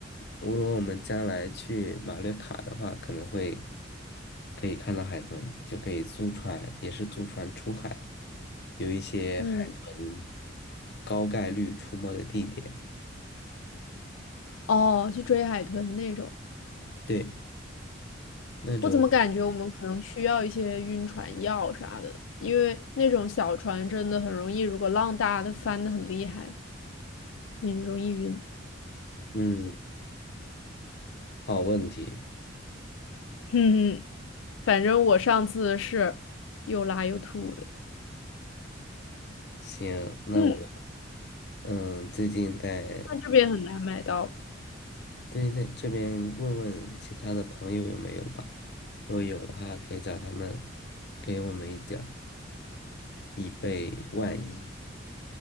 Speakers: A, on the left; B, on the left.
A: 如果我们将来去马略卡的话，可能会可以看到海豚，就可以租船，也是租船出海，有一些海豚
B: 嗯，
A: 高概率出没的地点。
B: 哦，去追海豚那种。
A: 对，那种
B: 我怎么感觉我们可能需要一些晕船药啥的，因为那种小船真的很容易，如果浪大，它翻的很厉害，很容易晕。
A: 嗯，好问题。
B: <laughs> 哼哼，反正我上次是又拉又吐的。
A: 行，那我
B: 嗯，
A: 嗯最近在
B: 那这边很难买到。
A: 对，那这边问问其他的朋友有没有吧，如果有的话，可以叫他们给我们一点儿，以备万一。